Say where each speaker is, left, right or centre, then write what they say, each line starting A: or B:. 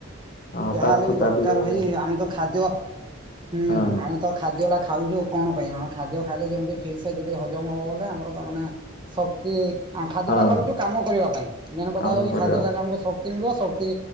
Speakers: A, on the left; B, on the right.
A: ହଠାତ୍
B: ଯାହାହେଲେ
A: କୁ
B: ବି
A: ତାରିଲେ
B: ଦରକାର ଭାଇ
A: ହବ
B: ଆମେ ତ ଖାଦ୍ୟ ହୁଁ
A: ହଁ
B: ଆମେ ତ ଖାଦ୍ୟ ଟା ଖାଉଛୁ କଣ ପାଇଁ ଆମେ ଖାଦ୍ୟ ଖାଇଲେ ଯେମିତି ଠିକ ସେ ଯଦି ହଜମ ହବ ଗଲେ ଆମର ତାମାନେ ଶକ୍ତି ଖାଦ୍ୟଟା
A: ହଁ
B: ଖାଉଛୁ କାମ କରିବା ପାଇଁ ମେନ୍ କଥା
A: କାମ
B: ହଉଛି
A: କରିବା।
B: ଖାଦ୍ୟ ଖାଇଲେ ଆମକୁ ଶକ୍ତି ମିଳିବ ଶକ୍ ତି